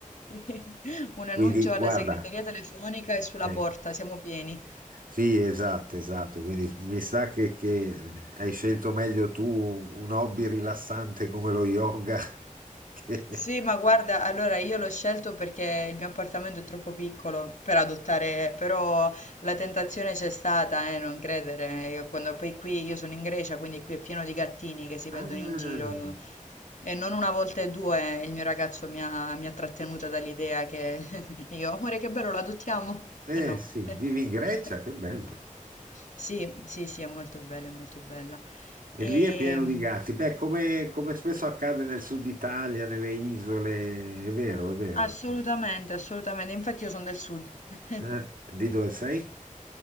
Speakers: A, on the left; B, on the right.
A: <laughs> un
B: Quindi,
A: annuncio
B: guarda,
A: alla segreteria telefonica e sulla
B: eh,
A: porta, siamo pieni.
B: sì, esatto, esatto. Quindi mi sa che, che hai scelto meglio tu un hobby rilassante come lo yoga. <laughs> che-
A: Sì, ma guarda, allora io l'ho scelto perché il mio appartamento è troppo piccolo per adottare, però la tentazione c'è stata, eh, non credere. Io Quando poi qui io sono in Grecia, quindi qui è pieno di gattini che si
B: Ah,
A: vedono in giro e non una volta e due il mio ragazzo mi ha, mi ha trattenuta dall'idea che <laughs> io, amore, che bello, lo adottiamo?
B: eh
A: E no.
B: sì,
A: <laughs>
B: vivi in Grecia, che bello.
A: Sì, sì, sì, è molto bella, è molto bella.
B: E
A: E,
B: lì è pieno di gatti. Beh, come, come spesso accade nel sud Italia, nelle isole, è vero, è vero.
A: assolutamente, assolutamente. Infatti io sono del sud. <laughs>
B: Eh, di dove sei?